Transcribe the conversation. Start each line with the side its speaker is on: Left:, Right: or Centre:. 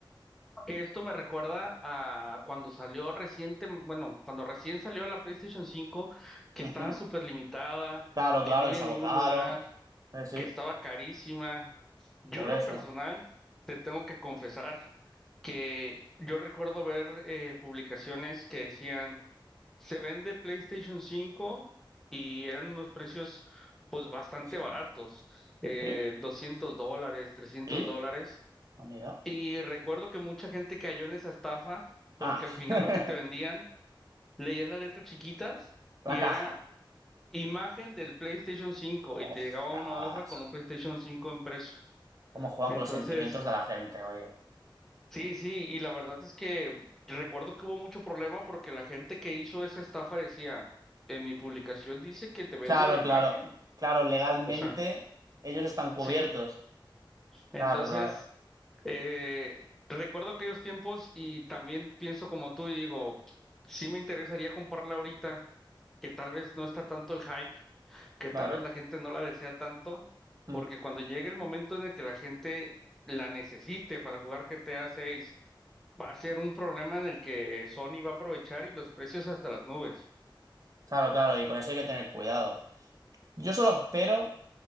Centre: Que esto me recuerda a cuando salió reciente, bueno, cuando recién salió la PlayStation 5, que
Right: Ujú.
Centre: estaba súper limitada,
Right: Claro,
Centre: que
Right: claro,
Centre: no había
Right: y se
Centre: en
Right: agotaron.
Centre: ningún lugar,
Right: Eh, sí,
Centre: que estaba carísima. Yo
Right: por
Centre: en
Right: eso.
Centre: lo personal te tengo que confesar que yo recuerdo ver eh, publicaciones que decían, se vende PlayStation 5 y eran unos precios pues bastante
Right: Pues,
Centre: baratos,
Right: pues,
Centre: eh,
Right: sí,
Centre: 200 dólares, 300
Right: sí.
Centre: dólares.
Right: Ah, mira.
Centre: Y recuerdo que mucha gente cayó en esa estafa porque
Right: Ah,
Centre: al final
Right: <laughs>
Centre: lo que te vendían, leías las letras chiquitas
Right: la
Centre: y
Right: caja.
Centre: era imagen del PlayStation 5 y
Right: Ostras.
Centre: te llegaba una hoja con un PlayStation 5 impreso.
Right: ¿Cómo juegan
Centre: Entonces,
Right: con los sentimientos de la gente, oye?
Centre: sí, sí, y la verdad es que recuerdo que hubo mucho problema porque la gente que hizo esa estafa decía, en mi publicación dice que te vendo
Right: Claro,
Centre: la imagen.
Right: claro, claro, legalmente
Centre: O sea,
Right: ellos están cubiertos.
Centre: sí. Entonces,
Right: Claro, claro,
Centre: Eh, recuerdo aquellos tiempos y también pienso como tú y digo, sí me interesaría comprarla ahorita, que tal vez no está tanto el hype, que
Right: claro.
Centre: tal vez la gente no la desea tanto,
Right: Mm,
Centre: porque cuando llegue el momento en el que la gente la necesite para jugar GTA 6, va a ser un problema en el que Sony va a aprovechar y los precios hasta las nubes.
Right: Claro, claro, y con eso hay que tener cuidado. Yo solo espero